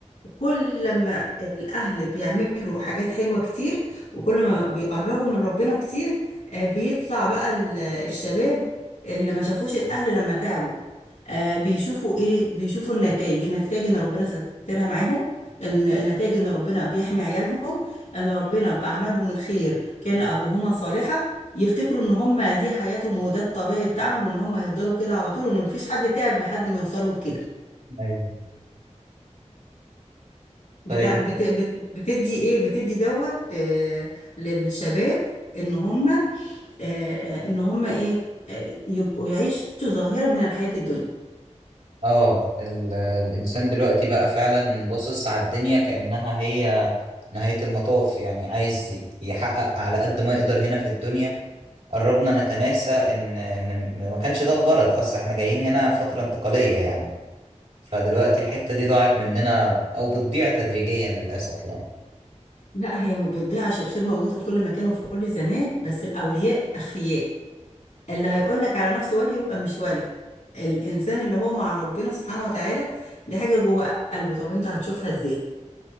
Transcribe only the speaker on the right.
ايوه
طيب
اه ال- الانسان دلوقتي بقى فعلا باصص على الدنيا كأنها هي نهاية المطاف يعني عايز يحقق على قد ما يقدر هنا في الدنيا قربنا نتناسى ان ان م- ما كانش ده الغرض اصلا احنا جايين هنا فترة انتقالية يعني فدلوقتي الحتة دي ضاعت مننا او بتضيع تدريجيا للاسف يعني